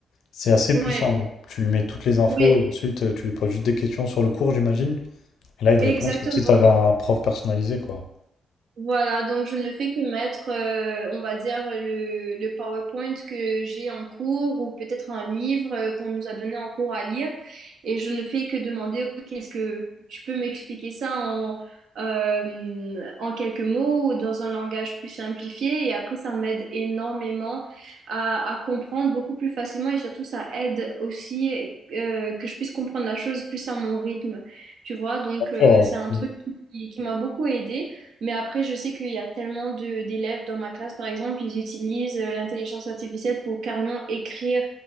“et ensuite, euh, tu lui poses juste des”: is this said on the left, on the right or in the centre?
Left